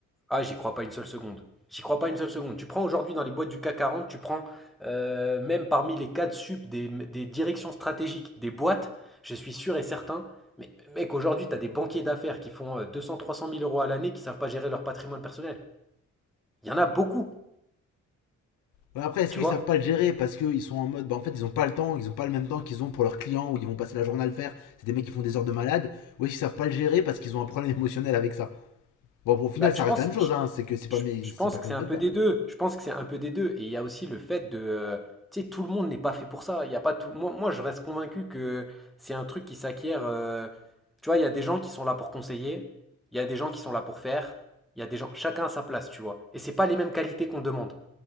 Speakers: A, in the centre; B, on the left.
A: Ah, j'y crois pas une seule seconde. J'y crois pas une seule seconde. Tu prends aujourd'hui dans les boîtes du CAC 40, tu prends euh, même parmi les cadres sup des, des directions stratégiques des boîtes, je suis sûr et certain. Mais mec, aujourd'hui, tu as des banquiers d'affaires qui font euh, 200, 300 000 euros à l'année qui savent pas gérer leur patrimoine personnel. Il y en a beaucoup,
B: Bah, Après, est-ce
A: tu
B: qu'ils
A: vois.
B: savent pas le gérer parce qu'ils sont en mode, bah en fait, ils ont pas le temps, ils ont pas le même temps qu'ils ont pour leurs clients où ils vont passer la journée à le faire. C'est des mecs qui font des heures de malade. Ou est-ce qu'ils savent pas le gérer parce qu'ils ont un problème émotionnel avec ça. Bon, au final,
A: Bah,
B: ça
A: je pense,
B: reste la même chose, hein. C'est que c'est
A: Je
B: pas, mais ils
A: je
B: sont
A: pense
B: pas capables
A: que c'est un
B: de
A: peu
B: le faire.
A: des
B: Mais
A: deux. Je pense que c'est un peu des deux. Et il y a aussi le fait de, euh, tu sais, tout le monde n'est pas fait pour ça. Il y a pas tout. Moi, moi, je reste convaincu que c'est un truc qui s'acquiert. euh, Tu vois, il y a des gens qui sont là pour conseiller. Il y a des gens qui sont là pour faire. Il y a des gens. Chacun à sa place, tu vois. Et c'est pas les mêmes qualités qu'on demande.